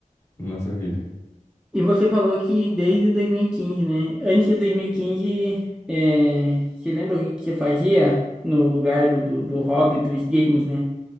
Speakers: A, on the left (about 20°); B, in the centre.
A: na nossa vida.
B: E você falou que desde 2015, né? Antes de 2015, é... você lembra o que que você fazia no lugar do, do, do hobby dos games, né?